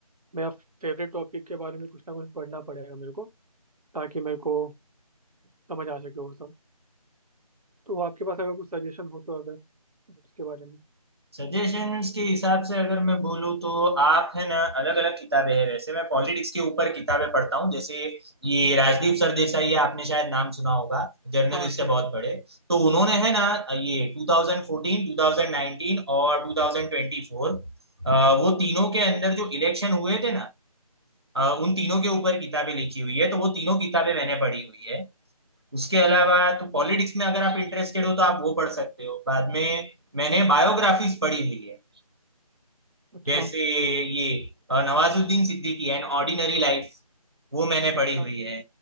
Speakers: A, on the right; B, on the right.
A: मेरा फेवरेट टॉपिक के बारे में कुछ ना कुछ पढ़ना पड़ेगा मेरे को ताकि मेरे को समझ आ सके वो सब तो आपके पास अगर कुछ सजेशन हो तो अगर उसके बारे में
B: सजेशंस के हिसाब से अगर मैं बोलूँ तो आप है ना अलग अलग किताबें हैं वैसे मैं पॉलिटिक्स के ऊपर किताबें पढ़ता हूँ जैसे ये राजदीप सरदेसाई है, आपने शायद नाम सुना होगा जर्नलिस्ट
A: हाँ सुना
B: है बहुत
A: है
B: बड़े तो
A: बिल्कुल
B: उन्होंने
A: सुना
B: है ना ये 2014 2019 और 2024 अ, वो तीनों के अंदर जो इलेक्शन हुए थे ना
A: है
B: अ,
A: हाँ
B: उन तीनों के ऊपर किताबें लिखी हुई है तो वो तीनों किताबें मैंने पढ़ी हुई है उसके अलावा तो पॉलिटिक्स में अगर आप इंटरेस्टेड हो तो आप वो पढ़ सकते हो बाद में मैंने बायोग्राफीज पढ़ी हुई है
A: अच्छा
B: जैसे ये अ, Nawazuddin Siddiqui An Ordinary Life वो मैंने
A: अच्छा
B: पढ़ी हुई है